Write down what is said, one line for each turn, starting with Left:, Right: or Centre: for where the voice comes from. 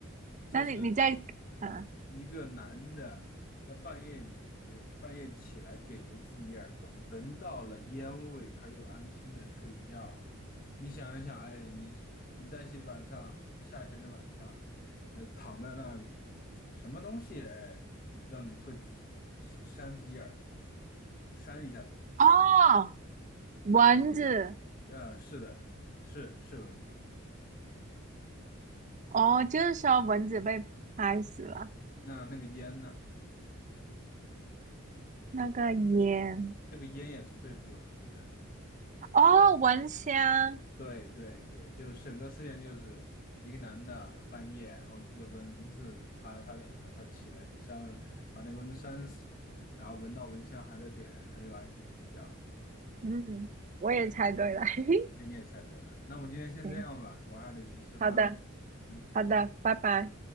Left: 这是
Right: 那你你在啊？
Left: 一个男的，他半夜呃半夜起来给了自己一耳光，闻到了烟味，他又安心的睡觉了。你想一想，哎，你你在西晚上夏天的晚上，呃，躺在那里，什么东西哎，让你会自扇自己耳光，扇一下自己？
Right: 哦，蚊子。
Left: 啊，是的，是是蚊子。
Right: 哦，就是说蚊子被拍死了。
Left: 那那个烟呢？
Right: 那个烟
Left: 这个烟也是对付蚊子的。
Right: 哦，蚊香，
Left: 对对对，就整个事件就是一个男的半夜，然后一个蚊子爬他脸上，他起来扇了，把那个蚊子扇死，然后闻到蚊香还在点燃，他又安心的睡觉了。
Right: 嗯，我也猜对了，<laughs> 嘿嘿，
Left: 那你也猜对了，那我们今天先这样吧，
Right: 对，
Left: 我还得去吃饭。
Right: 好的，
Left: 嗯，
Right: 好的，
Left: 拜拜。
Right: 拜拜。